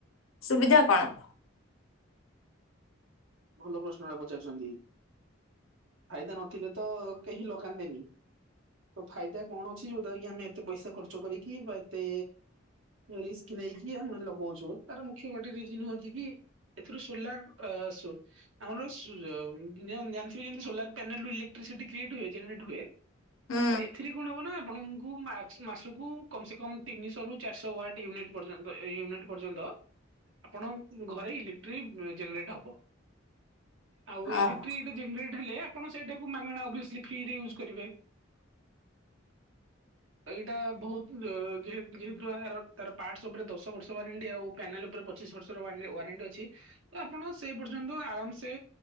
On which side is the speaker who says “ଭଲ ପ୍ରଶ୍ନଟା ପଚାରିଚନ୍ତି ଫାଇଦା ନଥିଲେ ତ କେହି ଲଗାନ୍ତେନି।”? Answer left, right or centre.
Right